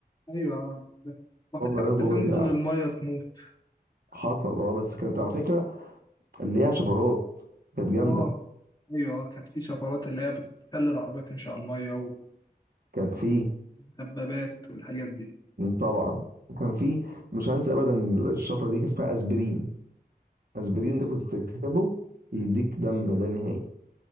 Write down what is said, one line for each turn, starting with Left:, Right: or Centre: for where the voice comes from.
Left: ايوه آه، ده. وحتى
Right: وافضل
Left: كنت
Right: اخده وافضل
Left: تنزل
Right: أبيع.
Left: الميه تموت
Right: حصل اه بس كانت على فكره ليها شفرات كانت جامده
Left: اه ايوه آه، كانت في شفرات اللي هي بتخلي العربية تمشي على الميه وكثرة
Right: كان في
Left: الدبابات والحاجات دي
Right: طبعا كان في مش هنسى ابدا الشفره دي كان اسمها اسبرين اسبرين
Left: دي-
Right: ده كنت تكتبه يديك دم لا نهائي